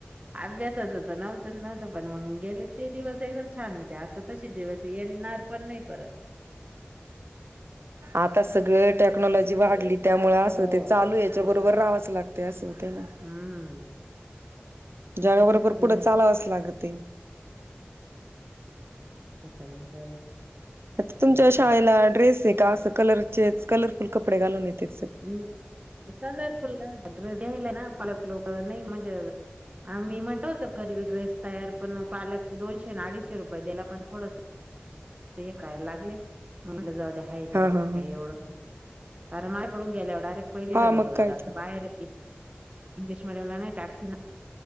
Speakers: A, on the right; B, on the right.
A: अभ्यासाच तर नव्हतच नव्हत. पण मग गेले ते दिवस एकदम छान होते आता तसे दिवस येणार पण नाही परत.
B: आता सगळ टेक्नॉलॉजी वाढली. त्यामुळे असं
A: हो
B: ते चालू याच्या
A: त्याच्या
B: बरोबर रावाचं लागते असं होते ना.
A: हम्म
B: जगा
A: आता
B: बरोबर
A: जसं
B: पुढे
A: दुनिया
B: चालावच लागत य
A: त्याच्या मग काय?
B: आता
A: विषयच
B: तुमच्या शाळेला ड्रेस आहे का? अस कलरचेच कलरफुल कपडे घालून येते.
A: हम्म कलरफुल घालतात ड्रेसला ना पलक लोक नाही मजा- मी म्हणतो होत करील ड्रेस तयार पण मग पालक दोनशे ना अडीचशे रुपये दिला पण थोडस. हे करायला लागले मग म जाऊ दे. आहे तर
B: हा
A: काही
B: हा हा
A: एवढं अमाकडून गेल्या वर डायरेक्ट. पहिलीला
B: हा
A: मुलगा
B: मग काय
A: जात
B: तर
A: बाहेर. इंग्लिश मिडीयम ला नाही टाकती ना?